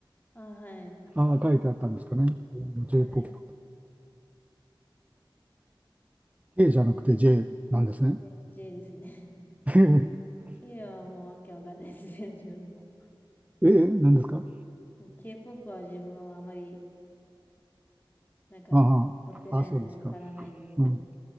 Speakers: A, on the left (about 20°); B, on the right (about 15°).
A: あ、はい。
B: ああ、書いてあったんですかね。J-POP。
A: はい。
B: K じゃなくて J なんですね。
A: で、J ですね。
B: <laughs>
A: <laughs> K はもうわけわかんないですよ自分も。
B: え、なんですか
A: K-POP は自分はあまり、なんか、
B: ああ、
A: 追ってないのでわからないんですけど。
B: あ、そうですか。うん、